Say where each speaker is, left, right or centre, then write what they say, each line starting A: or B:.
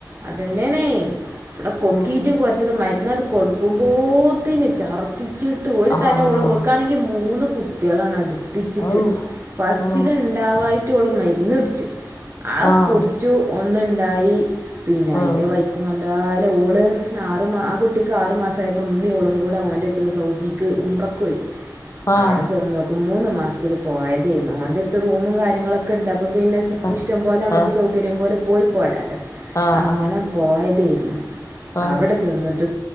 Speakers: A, on the right (about 35°); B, on the left (about 45°).
A: അതന്നെണേ ഇവിടെ കൊക്കീറ്റും
B: ഉം
A: കുരച്ചിട്ടും മരുന്നടു കൊടുക്കുമ്പോത്തീന് ചർ <unintelligible> ഒരു
B: ആഹ്
A: തല ഓൾക്കാണെങ്കിൽ മൂന്ന് കുട്ടികളാണ് അടു പ്പിച്ചിട്ട്
B: ഔ
A: ഫസ്റ്റില്
B: ഓ
A: ഉണ്ടാവായിട്ട് ഓള് മരുന്ന് കുടിച്ചു ആ
B: ആഹ്
A: കു ച്ചു ഒന്നുണ്ടായി പിന്നെ അതിൻ്റെ
B: ആഹ്
A: <unintelligible> ഓള് ആറ് ആ കുട്ട കുട്ടിക്ക് ആറു മാസായപ്പോ ഉമ്മി ഓളും കൂടെ ഓൻ്റെ അടുത്ത്ക്ക് സൗദിക്ക് ഉംറക്ക് പോയി
B: ആഹ്
A: അവിടെ ച മൂന്ന് മാസത്തിന് പോയതെ ഓൻ്റെ അടുത്ത് റൂമും കാര്യങ്ങളൊക്കെ ഉണ്ട് അപ്പൊ പിന്നെ
B: ആഹ്
A: ഇഷ്ടം പോലെ നമുക്ക്
B: ആഹ്
A: സൗകര്യം പോലെ പോയി പോരാല്ലോ.
B: ആഹ്
A: അങ്ങനെ
B: ആഹ്
A: പോയതെ
B: ആഹ്
A: അവിടെ ചെന്നിട്ട്